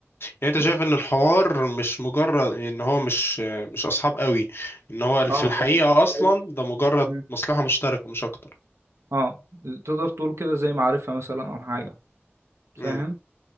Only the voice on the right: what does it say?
بس
اه
هو
زي-
مم.
اه تقدر تقول كده زي معرفة مثلا أو حاجة
فاهم